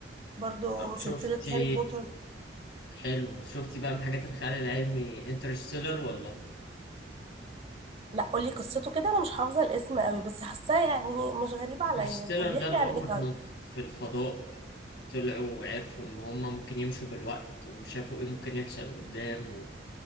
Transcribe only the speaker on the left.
طب شفتي
حلو شفتي بقى من حاجات الخيال العلمي انترستيلر ولا؟
انترستيلر
ده اللي
هم
كانوا في الفضاء وطلعوا وعرفوا إن هم ممكن يمشوا بالوقت وشافوا إيه ممكن يحصل قدام